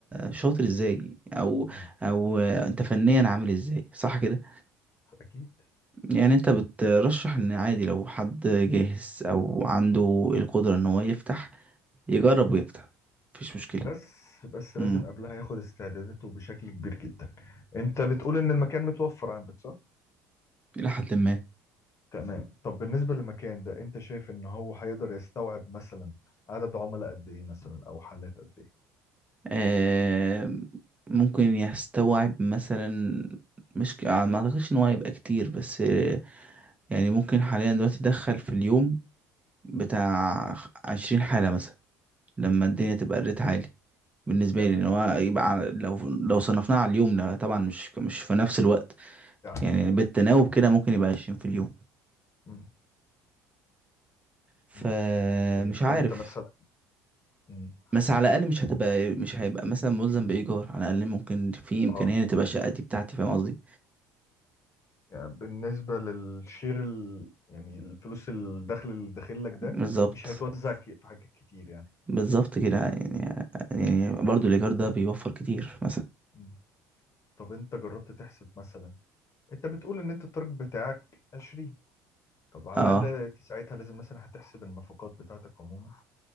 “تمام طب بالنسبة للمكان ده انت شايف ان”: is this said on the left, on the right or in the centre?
Left